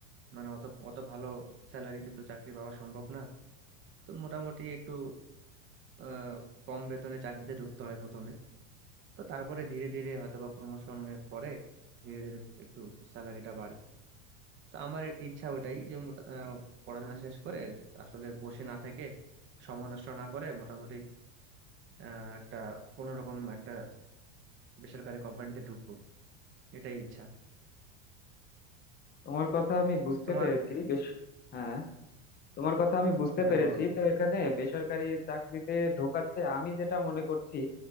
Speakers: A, on the right (about 30°); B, on the left (about 25°).
A: মানে অত অত ভালো স্যালারিতে তো চাকরি পাওয়া সম্ভব না তো মোটামুটি একটু আহ কম বেতনে চাকরিতে ঢুকতে হয় প্রথমে তো তারপরে ধীরে ধীরে হয়তোবা প্রমোশনের পরে ধীরে ধীরে একটু স্যালারিটা বাড়ে তো আমার ইচ্ছা ওটাই যে মোটা- আহ, পড়াশোনা শেষ করে আসলে বসে না থেকে সময় নষ্ট না করে মোটামুটি আহ, একটা কোনোরকম একটা বেসরকারি কোম্পানিতে ঢুকবো এটাই ইচ্ছা
B: তোমার কথা আমি বুঝতে
A: তো তোমার
B: পেরেছি বেশ হ্যাঁ তোমার কথা আমি বুঝতে
A: হ্যাঁ
B: পেরেছি
A: বলো
B: তো এখানে বেসরকারি চাকরিতে ঢোকাতে আমি যেটা মনে করছি